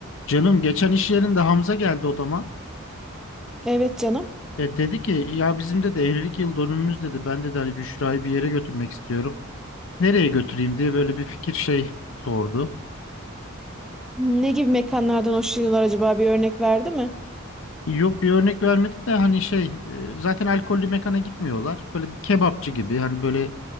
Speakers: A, on the left; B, in the centre.
A: Canım geçen iş yerinde Hamza geldi odama.
B: Evet canım.
A: E, dedi ki ya bizim de de evlilik yıl dönümümüz dedi. Ben de hani Büşra'yı bir yere götürmek istiyorum. Nereye götüreyim diye böyle bir fikir şey sordu.
B: Ne gibi mekanlardan hoşlanıyorlar acaba bir örnek verdi mi?
A: E, Yok bir örnek vermedi de hani şey e, zaten alkollü mekana gitmiyorlar. Böyle bir kebapçı gibi hani böyle